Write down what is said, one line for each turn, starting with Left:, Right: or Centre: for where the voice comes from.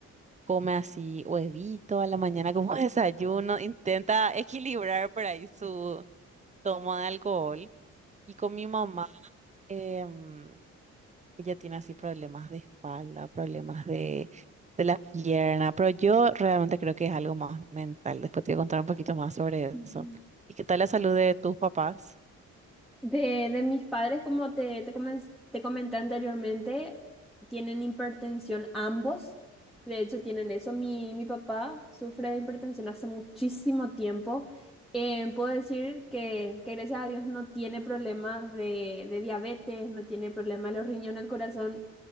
Right: come así huevito a la mañana como <laughs> desayuno, intenta equilibrar por ahí su toma de alcohol. Y con mi mamá, em, ella tiene así problemas de espalda, problemas de, de la pierna, pero yo realmente creo que es algo más mental. Después te voy a contar un poquito más sobre
Centre: Mm.
Right: eso. ¿Y qué tal la salud de tus papás?
Centre: De, de mis padres, como te, te, comen- te comenté anteriormente, tienen hipertensión ambos. De hecho, tienen eso. Mi, mi papá sufre de hipertensión hace muchísimo tiempo. Eh, puedo decir que, que gracias a Dios no tiene problemas de, de diabetes, no tiene problemas de los riñones, el corazón.